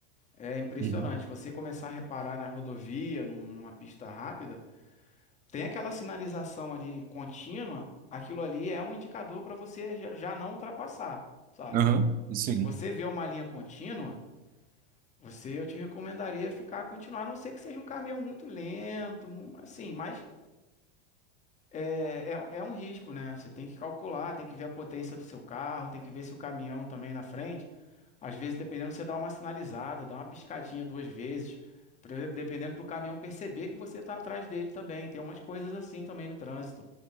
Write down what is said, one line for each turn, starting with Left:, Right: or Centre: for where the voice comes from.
Left: É impressionante.
Right: Uhum.
Left: Você começar a reparar na rodovia, num- numa pista rápida tem aquela sinalização ali contínua, aquilo ali é um indicador para você já já não ultrapassar, sabe?
Right: Aham, sim,
Left: Se você vê uma linha contínua, você eu te recomendaria ficar continuar, a não ser que seja um caminhão muito lento, mu- assim, mas é, é- é um risco, né? Você tem que calcular, tem que ver a potência do seu carro, tem que ver se o caminhão também na frente. Às vezes, dependendo, você dá uma sinalizada, dá uma piscadinha duas vezes, por exemplo, dependendo para o caminhão perceber que você está atrás dele também. Tem umas coisas assim também no trânsito.